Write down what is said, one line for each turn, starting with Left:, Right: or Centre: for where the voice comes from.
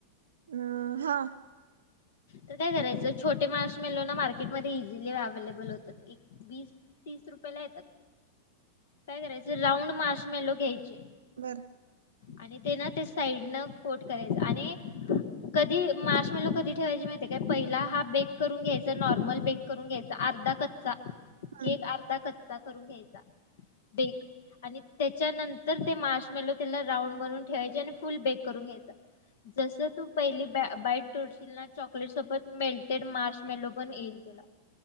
Right: अ हा.
Left: तर काय करायचं छोटे मार्श मेलो ना मार्केट मध्ये इझिली अवलेबल होतात एक वीस तीस रुपय ला येतात काय करायचं राऊंड मार्श मेलो घ्यायचे
Right: बरं.
Left: आणि ते ना ते साईड न कोट करायच आणि कधी मार्श मेलो कधी ठेवायची माहिती का पहिला हा बेक करून घ्यायचा नॉर्मल बेक करून घ्यायचा अर्धा कच्चा केक
Right: हं.
Left: अर्धा कच्चा करून घ्यायचा बेक आणि त्याच्यानंतर ते मार्श मेलो त्याला रांऊड म्हणून ठेवायचे आणि फुल बेक करून घ्यायचा जस तू पहिली बे बाईट तोडशिल ना चॉकलेट सोबत मेल्टेड मार्श मेलो पण येईल तुला